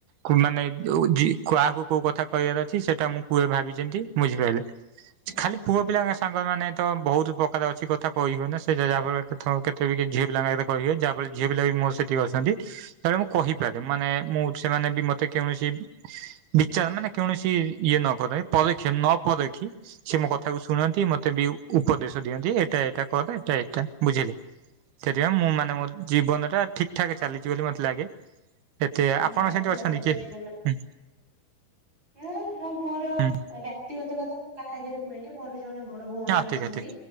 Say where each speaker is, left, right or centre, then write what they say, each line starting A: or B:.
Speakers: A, on the right; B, on the right.
A: କୁ ମାନେ ଯୋଉ ଦି କାହାକୁ କୋଉ କଥା କହିବାର ଅଛି ସେଟା ମୁଁ କୁଏ ଭାବିଚିନ୍ତି ବୁଝିପାଇଲେ। ଖାଲି
B: ନିହାତି
A: ପୁଅ
B: ନିହାତି
A: ପିଲାଙ୍କ ସା ମାନେ ତ ବହୁତ ପ୍ରକାର ଅଛି କଥା କହିହୁଏନା ସେ ଯାଫଳରେ କେତେ ବି ଝିଅ ପିଲାଙ୍କ ଆଗରେ କହିବେ ଯାହା ଫଳରେ ଝିଅ ପିଲା ବି ମୋର ସେଠକି ଅଛନ୍ତି ତା ମୁଁ କହିପାରେ ମାନେ ମୁଁ ସେମାନେ ବି ମତେ କୌଣସି ବିଚାର ମାନେ କୌଣସି ଇଏ ନକରେ ପରଖି ନ ପରଖି ସେ ମୋ କଥାକୁ ଶୁଣନ୍ତି ମତେ ବି ଉପଦେଶ ଦିଅନ୍ତି ଏ ଏଟା ଏଇଟା କରଦେ ଏଟା ଏଇଟା ବୁଝିଲେ ସେଥିପାଇଁ ମୁଁ ମାନେ ମୋ ଜୀବନ ଟା ଠିକ ଠାକ ଚାଲିଛି ବୋଲି ମତେ ଲାଗେ ଏତେ ଆପଣ
B: ଯାହା
A: ସେମିତି
B: ହଉ
A: ଅଛନ୍ତି କି
B: <unintelligible>
A: ହୁଁ
B: ମୁଁ ମୋର
A: ହୁଁ
B: ବ୍ୟକ୍ତିଗତ କଥା କୁ କାହା ଆଗରେ କୁହେନି ମୋର ଜଣେ ବଡ ଭଉଣୀ
A: ହଁ
B: ଅଛନ୍ତି
A: ଠିକ ଠିକ